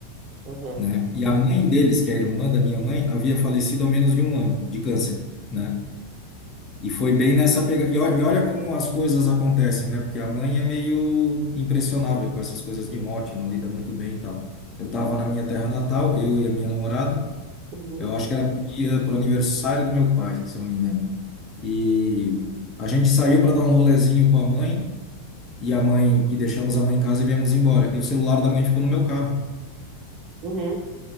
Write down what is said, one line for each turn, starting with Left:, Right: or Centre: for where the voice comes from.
Right: Uhum.
Left: né? E a mãe deles, que é a irmã da minha mãe, havia falecido há menos de um ano de câncer, né? E foi bem nessa pegada. E, ó- e olha como as coisas acontecem, né? Porque a mãe é meio impressionável com essas coisas de morte, não lida muito bem e tal. Eu tava na minha terra natal, eu e a minha namorada.
Right: Uhum.
Left: Eu acho que era pro dia, pro aniversário do meu pai, se eu não me engano. E a gente saiu para dar um rolezinho com a mãe e a mãe e deixamos a mãe em casa e viemos embora. E o celular da mãe ficou no meu carro.
Right: Uhum.